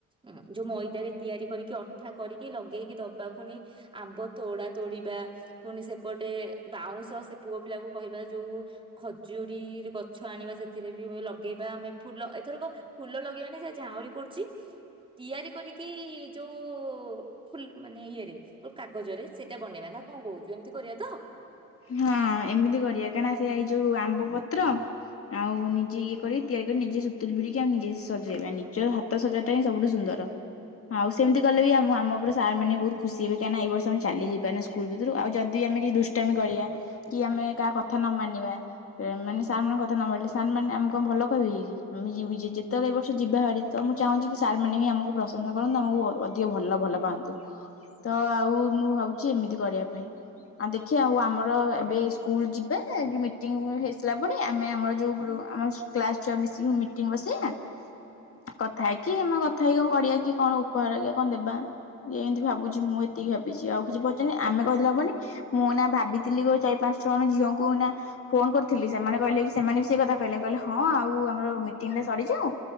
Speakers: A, on the right; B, on the left.
A: ଉଁ ଯୋଉ ମଇଦାରେ ତିଆରି କରିକି ଅଠା କରିକି ଲଗେଇକି ଦବା ଫୁଣି ଆମ୍ବ ତୋଡ଼ା ତୋଡି଼ବା ପୁଣି ସେପଟେ ବାଉଁଶ ସେ ପୁଅ ପିଲାକୁ କହିବା ଯୋଉ ଖଜୁରୀ ଗଛ ଆଣିବା ସେଥିରେ ବି ବ ଲଗେଇବା ଆମେ। ଫୁଲ ଏଥରକ ଫୁଲ ଲଗେଇବାନି ସେ ଝାଉଁଳି ପଡ଼ୁଚି। ତିଆରି କରିକି ଯୋଉ ଫୁଲ୍ ମାନେ ଇଏରେ ଓ କାଗଜରେ ସେଟା ବନେଇବା ନାଁ କଁ କହୁଚୁ ଏମିତି କରିବା ତ?
B: ହଁ ଏମିତି କରିବା କାଇଁ ନାଁ ସେ ଏଇ ଯୋଉ ଆମ୍ବ ପତ୍ର ଆଉ ନିଜେ ଇଏ କରି ତିଆରି କରି ନିଜେ ସୁତୁଲି ଭିଡି଼କି ଆମ ନିଜେ ସଜେଇବା ନିଜ ହା ତ ସଜାଟା ହିଁ ସବୁଠୁ ସୁନ୍ଦର। ଆଉ ସେମିତି କଲେ ବି ଆମ ଆମ ଓପରେ ସାର୍ ମାନେ ବୋହୁତ୍ ଖୁସି ହେବେ କାଇଁ ନା ଏଇ ବର୍ଷ ଆମେ ଚାଲି ଯିବା ନା ସ୍ କୁଲ୍ ଭିତୁରୁ ଆଉ ଯଦି ଆମେ କିଛି ଦୁଷ୍ଟାମି କରିଆ କି ଆମେ କାହା କଥା ନ ମାନିବା ଏ ମାନେ ସାର୍ ମାନଙ୍କ କଥା ନ ମାନିଲେ ସାର୍ ମାନେ ଆମୁ କଁ ଭଲ କହିବେ କି? ଆମେ ଯିବି ଯେ ଯେତଳେ ଏ ବର୍ଷ ଯିବା ହାରି ତ ମୁଁ ଚାହୁଁଚି କି ସାର୍ ମାନେ ବି ଆମୁକୁ ପ୍ରଶଂସା କରନ୍ତୁ ଆମୁକୁ ଅ ଅଧିକ ଭଲ ଭଲ ପାଆନ୍ତୁ ତ ଆଉ ମୁଁ ଭାବୁଚି ଏମିତି କରିବା ପାଇଁ। ଆ ଦେଖିଆ ଆଉ ଆମର ଅର ଏବେ ଏଇ ସ୍କୁଲ୍ ଯିବେ ଯୋଉ ମିଟିଂ ହେଇସାଇଲା ପରେ ଆମେ ଆମର ଯୋଉ ଗ୍ରୁ ଆମ କ୍ଲାସ୍ ଛୁଆ ମିଶିକି ମିଟିଂ ବସେଇଆ। କଥା ହେଇକି ଆମ କଥା ହେଇ କଁ କଡ଼ିଆ କିଏ କଣ ଉପହାର କିଏ କଁ ଦେବା। ଏନ୍ତି ଭାବୁଚି ମୁଁ ଏତିକି ଭାବିଚି ଆଉ କିଛି ପଚାନି ଆମେ କହିଦେଲେ ହବନି ମୁଁ ନା ଭାବି ତିଲି ଗୋ ଚାରି, ପାଞ୍ଚ ଜଣ ଝିଅଙ୍କୁ ନାଁ ଫୋନ କରିଥିଲି ସେମାନେ କହିଲେ କି ସେମାନେ ବି ସେଇ କଥା କହିଲେ କହିଲେ ହଁ ଆଉ ଆମର ମିଟିଂ ଟା ସରିଯାଉ।